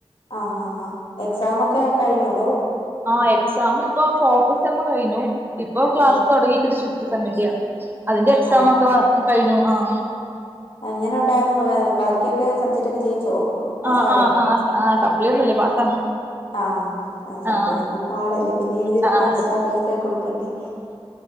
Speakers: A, on the left; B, on the right.
A: ആഹ് ഹാ എക്സാം ഒക്കെ കഴിഞ്ഞോ അതോ
B: ആഹ എക്സാം ഇപ്പോ ഫോർത്ത് സെമ്മ് കഴിഞ്ഞു ഇപ്പൊ ക്ലാസ്
A: ആ
B: തുടങ്ങിട്ടുണ്ട് ഫിഫ്ത്ത് സെമ്മിന്റെയാ അതിന്റെ
A: എക്സ്
B: എക്സാം
A: ആ ഓക്കെ.
B: ഒക്കെ കഴിഞ്ഞു ആഹ്
A: എങ്ങനെ ഉണ്ടായിരുന്നു വേ ബാക്കി ബാക്കിയൊക്കെ സബ്ജക്റ്റ് ഒക്കെ ജയിച്ചോ പാസായോ
B: ആഹ് ആഹ് ആഹ് ആഹ് സപ്ലി ഒന്നുല്ല പാസ്സാണ്
A: ആഹ് ആ സപ്ലി
B: ആഹ്
A: വന്നാ പാടല്ലേ പിന്നെ എഴുതിയെടുക്ക
B: ആഹ്
A: എക്സ്ട്രാ പൈസ കൊടുക്കണ്ടേ